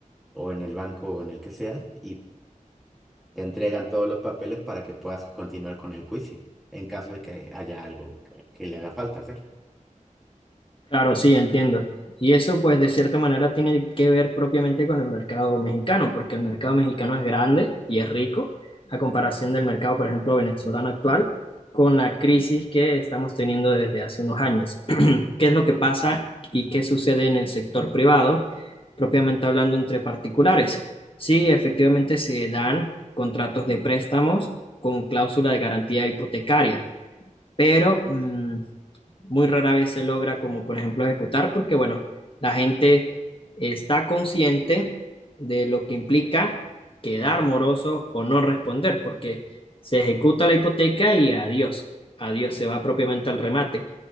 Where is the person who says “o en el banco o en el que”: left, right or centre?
Centre